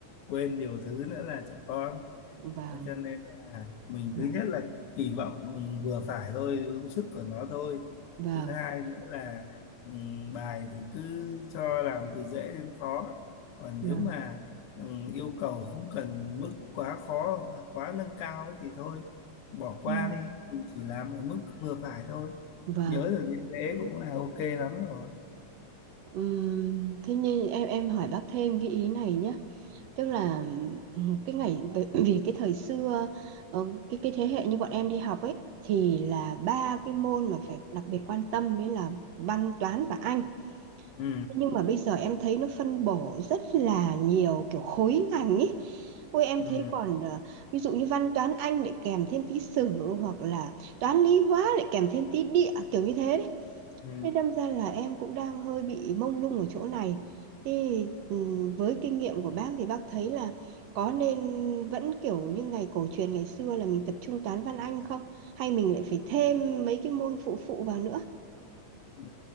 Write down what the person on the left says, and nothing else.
quên nhiều thứ nữa là trẻ con
Thế cho nên là mình
thứ nhất là kỳ vọng vừa phải thôi đúng sức của nó thôi
thứ hai nữa là ừm, bài thì cứ cho làm từ dễ đến khó còn
nếu mà ừm, yêu cầu không cần mức quá khó hoặc quá nâng cao thì thôi bỏ qua
đi mình chỉ làm ở mức vừa phải thôi
nhớ được đến thế cũng là ok lắm rồi
ừ
ừ
ừ
Ừ,